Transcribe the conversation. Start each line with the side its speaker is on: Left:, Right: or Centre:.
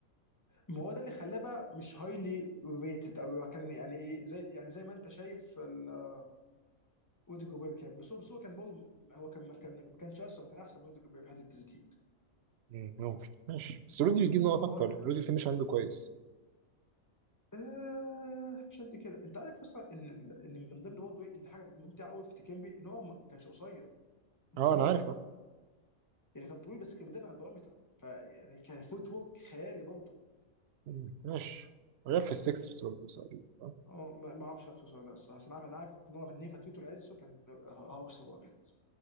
Left: ما هو ده اللي خلاه بقى مش هايلي ريتد او هو كان يعني زي يعني زي ما انت شايف ال- اودي جوبير كان بس هو بس هو كان برضه هو كان ما كان ما كانش اسرع كان احسن من اودي جوبير في حته التسديد
Right: مم، ممكن ماشي بس رودي بيجيب نقط اكتر
Left: رائع
Right: رودي الفينش عنده كويس
Left: آه مش قد كده انت عارف اصلا ان ال- ان من ضمن برضه ايه اللي حاجه ممتعه قوي في تيكيمبي ان هو ما كانش قصير كان
Right: اه
Left: طويل
Right: انا عارف اه
Left: يعني كان طويل بس كان بيدافع على البارامتر فيعني كان فوت ورك خيالي برضه
Right: مم، ماشي ولعب في السكسرز برضه تقريبا آه.
Left: اه ما ما اعرفش نفسه ولا لا الصراحه بس انا عارف انا عارف ان هو فنان فترته العزه كان آه، هوكس واكت